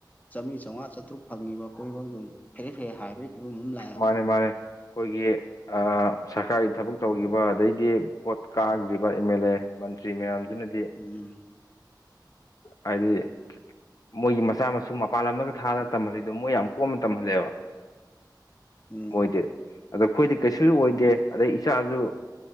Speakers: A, on the left (about 20°); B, on the left (about 50°).
A: ꯆꯥꯝꯂꯤ ꯆꯥꯝꯉꯥ ꯆꯥꯇꯨꯔꯛ ꯐꯪꯉꯤꯕ ꯑꯩꯈꯣꯢꯐꯥꯎ ꯌꯣ ꯐꯦꯔꯦ ꯐꯦꯔꯦ ꯍꯥꯏꯕꯒꯤ ꯐꯤꯕꯝ ꯑꯃ ꯂꯥꯛ
B: ꯃꯥꯅꯦ ꯃꯥꯅꯦ ꯑꯩꯈꯣꯏꯒꯤ ꯁꯔꯀꯥꯔꯒꯤ ꯊꯕꯛ ꯇꯧꯈꯤꯕ ꯑꯗꯩꯗꯤ ꯚꯣꯠ ꯀꯥꯈ꯭ꯔꯤꯕ ꯑꯦꯝ ꯑꯦꯜ ꯑꯦ ꯃꯟꯇ꯭ꯔꯤ ꯃꯌꯥꯝꯁꯤꯅꯗꯤ
A: ꯎꯝ
B: ꯍꯥꯏꯗꯤ ꯃꯣꯏꯒꯤ ꯃꯆꯥ ꯃꯁꯨ ꯃꯄꯥꯟ ꯂꯝꯗꯒ ꯊꯥꯗꯅ ꯇꯝꯍꯜꯂꯤꯗꯣ ꯃꯣꯏ ꯌꯥꯝ ꯀꯣꯝꯅ ꯇꯝꯍꯜꯂꯦꯕ
A: ꯎꯝ
B: ꯃꯣꯏꯗꯤ ꯑꯗꯣ ꯑꯩꯈꯣꯏꯗꯤ ꯀꯩꯁꯨꯁꯨ ꯑꯣꯏꯗꯦ ꯑꯗꯩ ꯏꯆꯥꯁꯨ